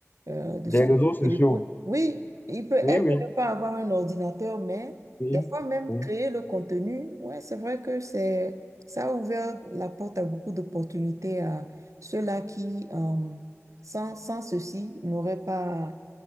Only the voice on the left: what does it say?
Des
réseaux sociaux.
Oui,
oui,
oui,
oui.